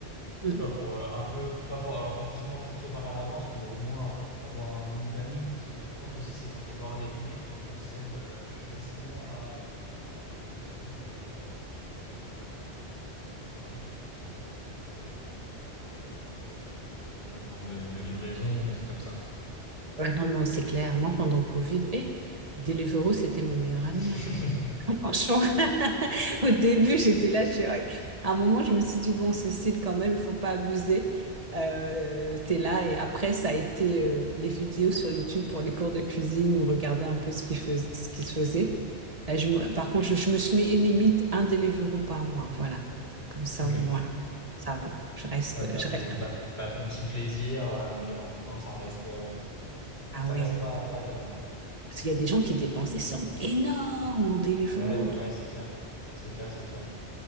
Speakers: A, on the right; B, on the left.
A: Mm.
B: tu vois, pour euh, un peu, pas for- alors pas forcément tout préparer à l'avance, mais au moins avoir un mini planning parce que je pense aussi c'est quand t'es pas organisé que tu cèdes euh, <laughs> plus facilement à genre la tentation de, alors bon, euh, t'as, t'as acheté un truc euh, tout préparé, mais aussi euh, commander, euh, commander à bouffer euh, sur, sur des plateformes de, de livraison ou des trucs comme ça.
A: Ouais, non, non, c'est clair. Moi, pendant le Covid, eh, Deliveroo, c'était mon meilleur ami.
B: <laughs>
A: hein. Franchement, <laughs> au début, j'étais là, je suis... ouais. À un moment, je me suis dit, bon, Cécile, quand même, il faut pas abuser. Euh, t'es là. Et après, ça a été euh, les vidéos sur YouTube pour les cours de cuisine ou regarder un peu ce qui fais- ce qui se faisait. Là, je me- Par contre, je, je me suis mis une limite, un Deliveroo par mois. Voilà. Comme ça,
B: Ok.
A: au moins, ça va. Je reste,
B: Ouais, t'as
A: je
B: ton,
A: reste plus.
B: t'as, t'as ton petit plaisir, euh, mais en même temps, ça reste, euh,
A: Ah
B: ça
A: ouais.
B: reste pas, pas énorme.
A: Parce qu'il y a des gens qui dépensent des sommes énormes en Deliveroo,
B: Ouais, ouais, ouais, c'est clair. C'est clair, c'est clair.